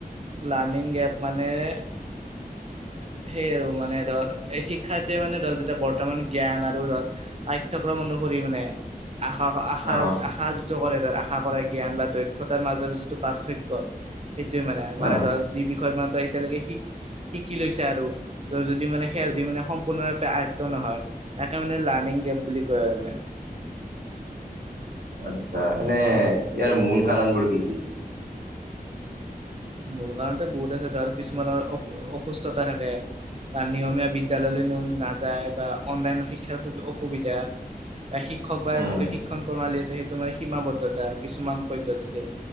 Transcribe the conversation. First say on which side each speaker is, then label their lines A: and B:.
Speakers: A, on the right (about 40°); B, on the right (about 85°).
A: লাৰ্ণিং গেপ মানে <inaudible> সেইয়ে আৰু মানে ধৰ এ শিক্ষাৰ্থীয়ে মানে ধৰ যেতিয়া বৰ্তমান জ্ঞান আৰু ধৰ পাঠ্যক্ৰম অনুসৰি মানে আশ-আসাজ-আসাজ
B: অ
A: কৰে তাৰ আশা কৰা জ্ঞান বা দক্ষতাৰ মাজৰ যিটো পাৰ্থক্য সেইটোৱে মানে। মানে
B: অ
A: ধৰ যি বিষয়ত মানে তই এতিয়ালৈকে শিক শিকি লৈছা আৰু তই যদি মানে সে মানে সম্পূৰ্ণৰূপে আয়ক্ত নহয় তাকে মানে লাৰ্ণিং <unintelligible> <unintelligible> বুলি কয় আৰু মানে।
B: আচ্ছা, এনে ইয়াৰ মূল কাৰণবোৰ কি কি?
A: মূল কাৰণতে বহুত আছে। ধৰ কিছুমানৰ অ অসুস্থতা থাকে। বা নিয়মীয়া বিদ্যালয়লৈ নো নাযায় বা অনলাইন শিক্ষাৰ সু অসুবিধা। বা শিক্ষক বা
B: উম
A: যিটো শিক্ষণ প্ৰণালী আছে। সেইটো মানে সীমাবদ্ধতা কিছুমান পদ্ধতিতে